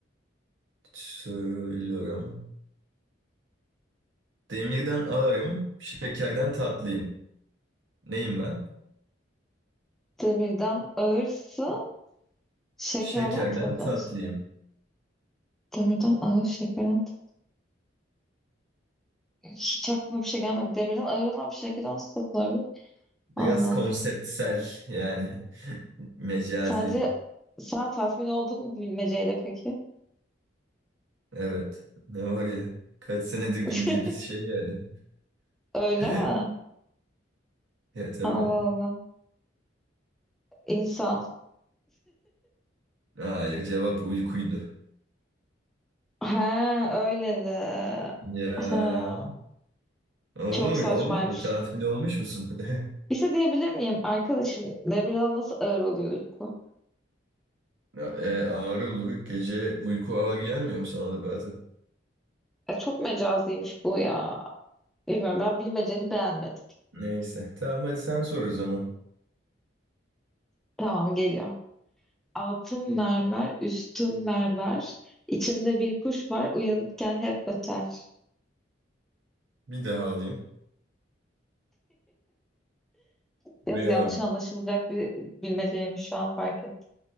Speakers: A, on the right; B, in the centre.
A: söylüyorum. Demirden ağırım, şekerden tatlıyım. Neyim ben?
B: Demirden ağırsın. Şekerden
A: Şekerden
B: tatlı
A: tatlıyım.
B: mısın? Demirden ağır, şekerden tatlı. Hiç aklıma bir şey gelmedi. Demirden ağır olan bir şekerden nasıl tatlı olabilir? Allah
A: Biraz
B: Allah.
A: konseptsel yani <laughs> mecazi.
B: Sence sen tatmin oldun mu bilmeceyle peki?
A: Evet. Ne var ya? Kaç senedir
B: <laughs>
A: bildiğimiz şey yani.
B: Öyle
A: <laughs>
B: mi?
A: Ya tabii.
B: Allah Allah. İnsan.
A: Hayır cevap uykuydu.
B: He öyle de.
A: Ya
B: Ha,
A: oldu
B: çok saçmaymış.
A: mu? Olmuş mu? Tatmin olmuş musun? <laughs>
B: Bir şey diyebilir miyim? Arkadaşım Demirel nasıl ağır oluyor uyku?
A: Ya, E, ağrı olur. Gece uyku ağır gelmiyor mu sana da bazen?
B: E, çok mecazlıymış bu ya. Bilmiyorum ben bilmeceni beğenmedim.
A: Neyse. Tamam hadi sen sor o zaman.
B: Tamam geliyor. Altın mermer, üstüm mermer. İçimde bir kuş var, uyanıkken hep öter.
A: Bir daha alayım.
B: Biraz
A: Duyamadım.
B: yanlış anlaşılacak bir bilmeceymiş şu an fark ettim.